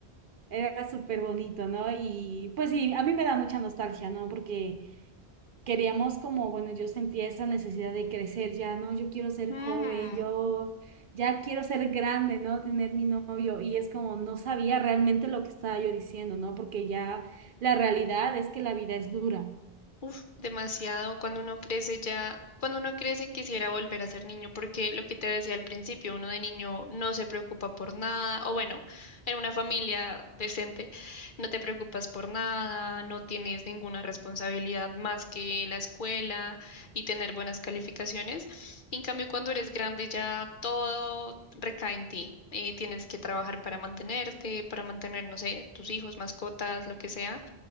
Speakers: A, on the right; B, on the left.
A: Era súper bonito, ¿no? Y pues sí, a mí me da mucha nostalgia, ¿no? Porque queríamos como, bueno, yo sentía esa necesidad de crecer ya, ¿no? Yo quiero ser
B: Mm.
A: joven, yo ya quiero ser grande, ¿no? Tener mi novio. Y es como, no sabía realmente lo que estaba yo diciendo, ¿no? Porque ya la realidad es que la vida es dura.
B: Uf, demasiado. Cuando uno crece ya, cuando uno crece quisiera volver a ser niño, porque lo que te decía al principio, uno de niño no se preocupa por nada, o bueno, en una familia decente no te preocupas por nada, no tienes ninguna responsabilidad más que la escuela y tener buenas calificaciones. En cambio, cuando eres grande ya todo recae en ti. Eh, tienes que trabajar para mantenerte, para mantener, no sé, tus hijos, mascotas, lo que sea,